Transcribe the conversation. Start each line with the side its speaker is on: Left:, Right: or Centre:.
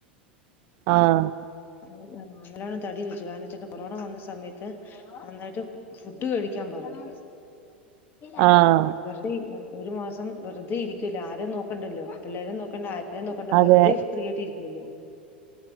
Right: ആഹ്
Left: അങ്ങനെയാണോ നല്ലോണം തടി വെച്ചു കാരണോച്ട്ട് കൊറോണ വന്ന സമയത്ത് നന്നായിട്ട് ഫുഡ് കഴിക്കാൻ പറഞ്ഞു അപ്പം
Right: ആഹ്
Left: വെർതെ ഇരു ഒരു മാസം വെറുതെ ഇരിക്കല്ലേ ആരേം നോക്കണ്ടല്ലോ പിള്ളേരും നോക്കണ്ട ആ രേം നോക്കണ്ട
Right: അതെ
Left: വെറുതെ ഫ്രീ ആയിട്ടരിക്കോല്ലേ